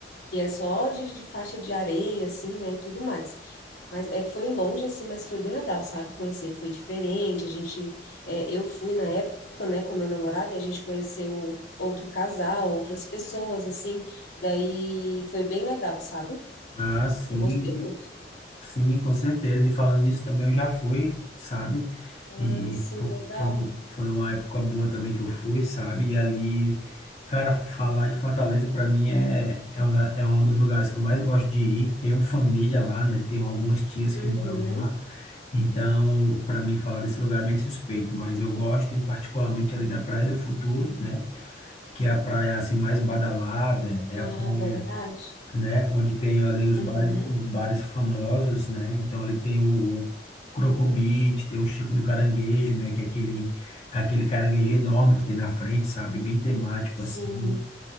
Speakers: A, on the left; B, on the left.
A: que é só de, de faixa de areia, assim, né, e tudo mais. Mas é, foi longe, assim, mas foi bem legal, sabe? Conhecer foi diferente, a gente, é, eu fui na época, né, com meu namorado, e a gente conheceu outro casal, outras pessoas, assim, daí foi bem legal, sabe?
B: Ah, sim.
A: Eu gostei muito.
B: Sim, com certeza. E falando nisso também, eu já fui, sabe?
A: Ah,
B: E
A: sim,
B: fo-
A: legal.
B: foi, foi uma época boa também que eu fui, sabe? E ali, cara, falar de Fortaleza para mim é, é, um da- é um dos lugares que eu mais gosto de ir. Tenho família lá, né? Tenho algumas tias que
A: Uhum.
B: moram lá. Então, para mim, falar desse lugar é meio suspeito, mas eu gosto, em particularmente ali da Praia do Futuro, né? Que é a praia assim mais badalada, é
A: Ah,
B: a praia
A: verdade.
B: né? Onde tem ali os
A: Uhum.
B: bares, os bares famosos, né? Então ali tem o, o Crocobit, tem o Chico do Caranguejo, né? Que é aquele, aquele caranguejo enorme que tem na frente, sabe? Bem temático
A: Sim.
B: assim.